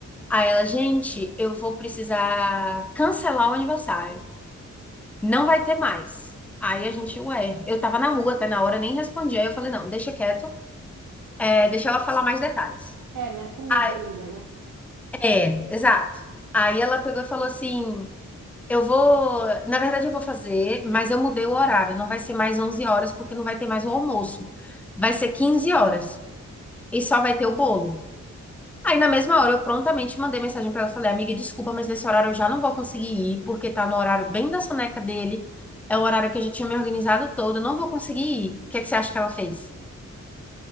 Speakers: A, in the centre; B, on the right.
A: Aí ela, gente, eu vou precisar cancelar o aniversário. Não vai ter mais. Aí a gente, ué, eu tava na rua até na hora, nem respondi. Aí eu falei, não, deixa quieto, é, deixa ela falar mais detalhes.
B: É, não é comigo
A: Aí-
B: ainda, né?
A: é, exato. Aí ela pegou e falou assim: eu vou, na verdade eu vou fazer, mas eu mudei o horário, não vai ser mais 11 horas, porque não vai ter mais o almoço. Vai ser 15 horas e só vai ter o bolo. Aí na mesma hora eu prontamente mandei mensagem pra ela, falei, amiga, desculpa, mas nesse horário eu já não vou conseguir ir, porque tá no horário bem da soneca dele, é o horário que a gente tinha me organizado todo, eu não vou conseguir ir. O que é que você acha que ela fez?